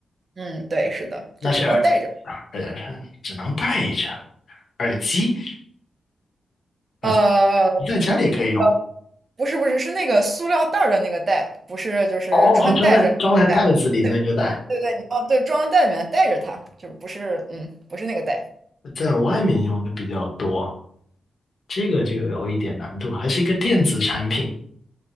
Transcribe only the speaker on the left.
那是耳
耳只能戴着耳机，耳机在家里也可以用
哦，装在装在袋子里的那个袋，
在外面用的比较多，这个就有一点难度，还是一个电子产品